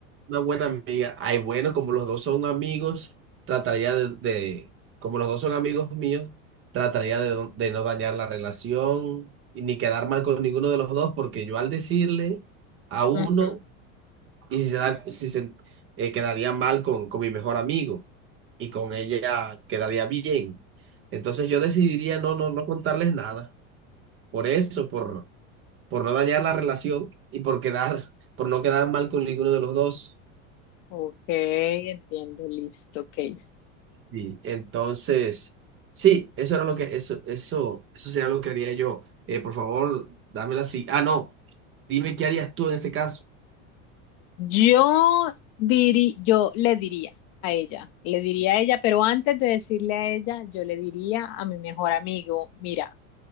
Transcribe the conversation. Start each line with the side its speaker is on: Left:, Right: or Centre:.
Right: una buena amiga. Ay, bueno, como los dos son amigos, trataría de, de- como los dos son amigos míos, trataría de, no de no dañar la relación y ni quedar mal con ninguno de los dos, porque yo al decirle a uno
Left: Ujú.
Right: y si se da, si se eh, quedaría mal con, con mi mejor amigo y con ella quedaría bien. Entonces yo decidiría no, no, no contarles nada. Por eso, por, por no dañar la relación y por quedar, por no quedar mal con ninguno de los dos.
Left: Ok, entiendo, listo, Case.
Right: Sí. Entonces, sí, eso era lo que, eso, eso, eso sería lo que haría yo. Eh, por favor, dámela así. Ah, no, dime qué harías tú en ese caso.
Left: Yo diri- yo le diría a ella, le diría a ella, pero antes de decirle a ella, yo le diría a mi mejor amigo, mira,